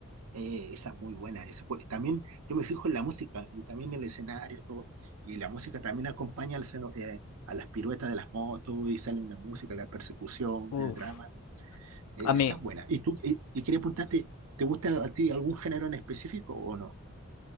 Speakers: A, on the right (about 75°); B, on the left (about 80°).
A: eh, esa es muy buena. Esa fue- también yo me fijo en la música y también el escenario, todo. Y la música también acompaña al seno- eh, a las piruetas de las motos y sale una música, la persecución,
B: Uf,
A: el drama. Eh,
B: a
A: esa
B: mí
A: es buena. Y tú, y, y quería preguntarte, ¿te gusta a ti algún género en específico o no?